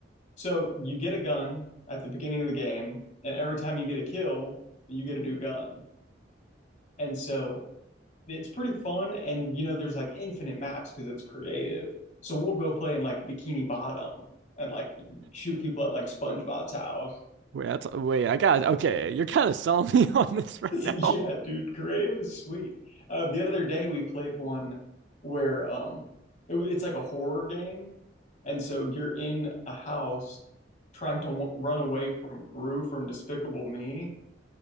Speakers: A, on the left; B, on the right.
A: So you get a gun at the beginning of the game, and every time you get a kill, you get a new gun. And so it's pretty fun. And you know, there's like infinite maps because it's creative. So we'll go play in like Bikini Bottom and like shoot people at like SpongeBob's house. <laughs>
B: Wait, that's, wait, I got okay. You're kind of selling me <laughs> on this right now.
A: Yeah, dude, creative is sweet. Uh, the other day we played one where um it, w- it's like a horror game, and so you're in a house trying to w run away from Gru from Despicable Me. <laughs>